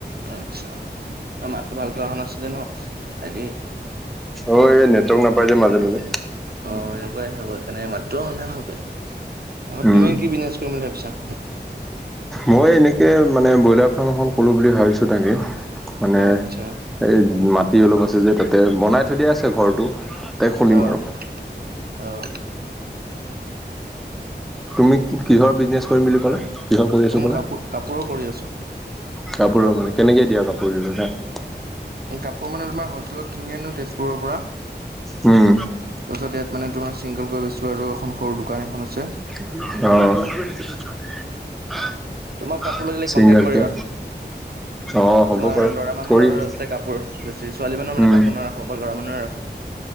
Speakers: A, on the right; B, in the centre.
A: আচ্ছা তোমাৰ মাতটো ভালকৈ অহা নাছিলে ন তাকেই
B: অ, এই নেটৱৰ্ক নাপাই যে মাজে মাজে।
A: অ', এনেকুৱাইাব সকাৰণে মাত্ৰ হ নাই ভকৈ
B: উম
A: তুমে কি বিজনেছ কৰিম বুলি ভাবিছা?
B: মই এনেকে মানে ব্ৰইলাৰ ফাৰ্ম এখন কলো বুলি ভাবিছো তাকে। মানে
A: অ আচ্ছা
B: এই মাটি অলপ আছে যে তাতে বনাই থৈ দিয়া আছে ঘৰটো। খুলিম
A: অ',
B: আৰু।
A: অ।
B: তুমি কিহৰ বিজনেচ কৰিম বুলি ক'লা? কিহৰ কৰি
A: ত
B: আছো
A: মই
B: কল
A: কাপোৰ কাপোৰৰ কৰি আছোঁ
B: কাপোৰৰ মানে কেনেকে দিয়া কাপোৰ হাত
A: কাপোৰ মানে তোমাৰ হ'লচেল কিনি আনো তেজপুৰৰ পৰা।
B: উম।
A: তাৰপিছত ইয়াত মানে তোমাৰ চিংগলকৈ বেচছো আৰু এখন সৰু দোকান এখন আছে
B: অ
A: তোমাক কাপোৰ লিলে
B: ছিংগাৰকে
A: কণ্টেক্ট কৰিবা
B: অ হ'ব
A: তোমাৰ
B: বাৰু
A: ল'ৰা মানুহৰ
B: কৰিম
A: আছে কোৰ বেছি ছোৱালী মানুহৰ মানে
B: উম
A: কাপোৰ নাৰাখো অকল ল'ৰা মানুহে ৰাখো